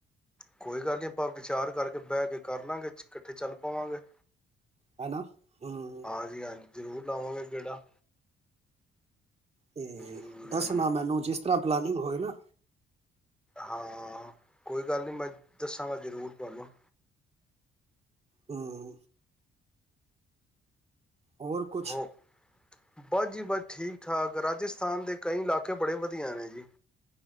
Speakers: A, in the centre; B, on the right.
A: ਕੋਈ ਗੱਲ ਨੀ ਆਪਾਂ ਵਿਚਾਰ ਕਰਕੇ ਬਹਿ ਕੇ ਕਰ ਲਾਂਗੇ ਇਕੱਠੇ ਚੱਲ ਪਾਵਾਂਗੇ
B: ਹੈਨਾ ਹਮ
A: ਹਾਂਜੀ ਹਾਂਜੀ ਜ਼ਰੂਰ ਲਾਵਾਂਗੇ ਕਿਹੜਾ
B: ਤੇ
A: ਹਮ
B: ਦੱਸਣਾ ਮੈਨੂੰ ਜਿਸ ਪਲਾਨਗ ਹੋਏ ਨਾ
A: ਹਾਂ ਕੋਈ ਗੱਲ ਨੀ ਮੈਂ ਦੱਸਾਂਗਾ ਜ਼ਰੂਰ ਤੁਹਾਨੂੰ
B: ਹਮ ਹੋਰ ਕੁਛ
A: ਹੋ ਬਸ ਜੀ ਬਸ ਠੀਕ ਠਾਕ ਰਾਜਸਥਾਨ ਦੇ ਕਈ ਇਲਾਕੇ ਬੜੇ ਵਧੀਆ ਨੇ ਜੀ